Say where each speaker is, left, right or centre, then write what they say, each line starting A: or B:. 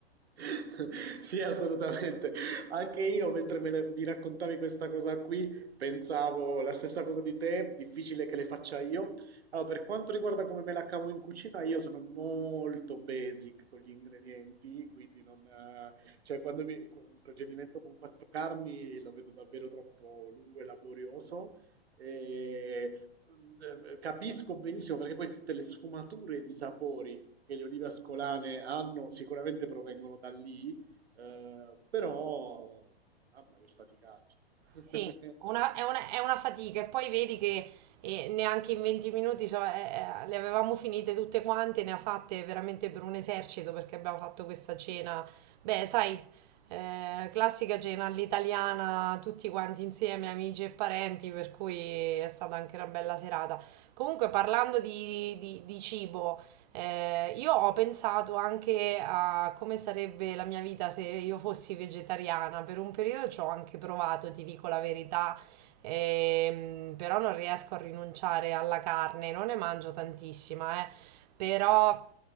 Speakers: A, on the right; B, on the right.
A: <laughs> Sì, assolutamente. Anche io, mentre me le- mi raccontavi questa cosa qui, pensavo la stessa cosa di te, difficile che le faccia io. Allora, per quanto riguarda come me la cavo in cucina, io sono molto basic con gli ingredienti, quindi non, eh, cioè, quando mi, un procedimento con quattro carni lo vedo davvero troppo lungo e laborioso. E, mm, eh, capisco benissimo perché poi tutte le sfumature di sapori che le olive ascolane hanno sicuramente provengono da lì, eh, però mamma che faticaccia. <laughs>
B: Sì, una- è una, è una fatica e poi vedi che eh, neanche in 20 minuti so, eh, eh, le avevamo finite tutte quante, ne ha fatte veramente per un esercito perché abbiamo fatto questa cena, beh, sai, eh, classica cena all'italiana, tutti quanti insieme, amici e parenti, per cui è stata anche una bella serata. Comunque parlando di, di- di cibo, eh, io ho pensato anche a come sarebbe la mia vita se io fossi vegetariana. Per un periodo ci ho anche provato, ti dico la verità, ehm, però non riesco a rinunciare alla carne, non ne mangio tantissima, eh, però